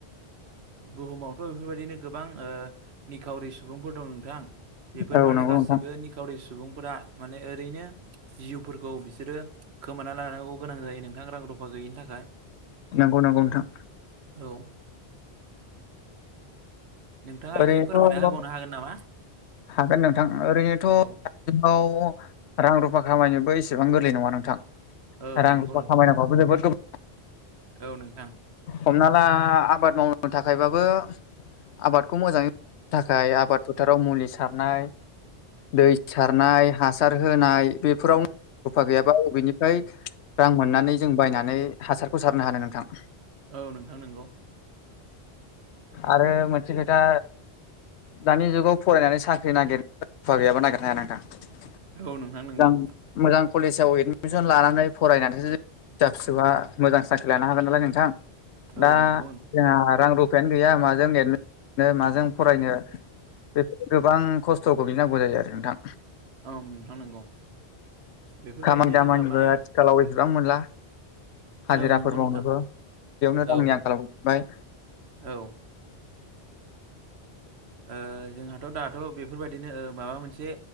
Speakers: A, on the right; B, on the left.
A: बुहुमावथ' बेफोरबायदिनो ओ गोबां निखावरि सुबुंफोर दं नोंथां बेफोर
B: नोंथां औ
A: माने
B: नंगौ
A: गासिबो
B: नोंथां
A: निखावरि सु सुबुंफोरा माने ओरैनो जिउफोरखौ बिसोरो खोमाना लानांगौ गोनां जायो नों गोमांस रां रुफा गैयिनि थाखाय
B: नंगौ नंगौ नोंथां
A: औ नोंथाङा
B: ओरैनोथ'
A: एसे फोरमायना होबावनो हागोन नामा?
B: हागोन नोंथां ओरैनोथ'
A: औ
B: <unintelligible> रां रुफा खामायनोबो इसेबां गोरलै नङा नोंथां।
A: ओं
B: रां
A: नंगौ
B: रुफा
A: नोंथां
B: खामायनांगौआबो जोबोर गोब्राब
A: औ नोंथां
B: हमना ला आ बाद मावनो थाखायबाबो आबाद खौ मोजाङै मावनो थाखाय आबाद फोथाराव मुलि सारनाय दै सारनाय हासार होनाय बेफोरावनो रूफा गैयाबा अबेनिफ्राय रां मोननानै जों बायनानै हासारखौ सारनो हानो नोंथां?
A: औ नोंथां नंगौ।
B: आरो मो नसे खोथा दानि जुगाव फरायनानै साख्रि नागिर <unintelligible> नागिरनो हाया ना <unintelligible>
A: औ नोंथां नंगौ
B: मोजां कलेजाव एडमिसन लानानै फरायनानैसो फिसा फिसौआ मोजां साख्रि लानो हागोन नालाय नोंथां।
A: औ
B: दा
A: नंगौ नोंथां
B: जोंहा रां रुफायानो गैया माजों एडमि <inaudible> माजों फरायनो बेफोर गोबां खस्थ'खौ बिनांगौ जायो आरो नोंथां।
A: औ नोंथां नंगौ बेफोरबायदिनो
B: खामानि दामानिबो
A: जोंहा माने
B: आथिखालाव सिबां मोनला हाजिराफोर
A: औ नंगौ
B: मावनोबो
A: नोंथां
B: बेयावनो रांनि
A: औ
B: आंखाला <inaudible> बाय।
A: औ। ओ जोंहाथ' दाथ' बेफोरबायदिनो ओ माबा मोनसे